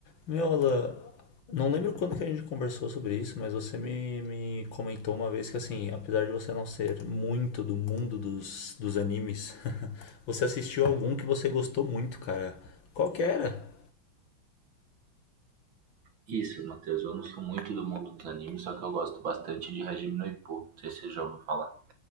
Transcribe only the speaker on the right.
Isso, Matheus, eu não sou muito do mundo dos animes, só que eu gosto bastante de Hajime no Ippo, não sei se você já ouviu falar.